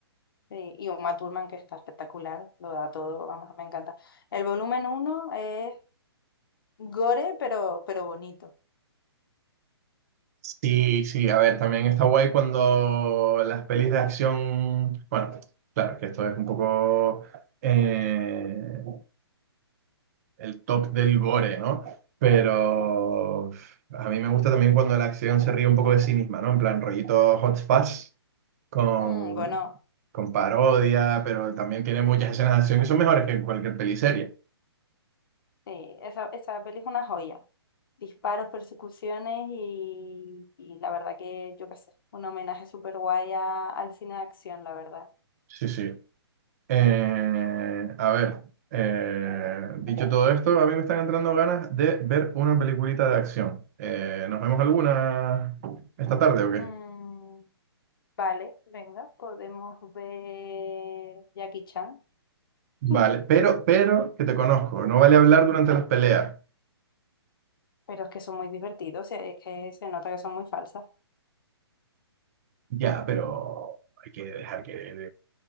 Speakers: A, on the left; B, on the right.
A: Sí, y Uma Thurman, que está espectacular, lo da todo, vamos, me encanta. El volumen uno es gore, pero, pero bonito.
B: Sí, sí, a ver, también está guay cuando las pelis de acción. Bueno, claro, que esto es un poco. eh, el top del gore, ¿no? Pero a mí me gusta también cuando la acción se ríe un poco de sí misma, ¿no? En plan, rollito Hot Fuzz con,
A: Mm, bueno,
B: con parodia, pero también tiene muchas escenas de acción que son mejores que cualquier peliserie.
A: sí, esa, esa peli es una joya. Disparos, persecuciones y, y la verdad que, yo qué sé, un homenaje súper guay a- al cine de acción, la verdad.
B: Sí, sí. Eh, a ver, eh, dicho todo esto, a mí me están entrando ganas de ver una peliculita de acción. Eh, ¿nos vemos alguna esta tarde o qué?
A: Mm, vale, venga, podemos ver Jackie Chan.
B: Vale,
A: <laughs>
B: pero, pero que te conozco, no vale hablar durante las peleas.
A: Pero es que son muy divertidos, y es que se nota que son muy falsas.
B: Ya, pero hay que dejar que el,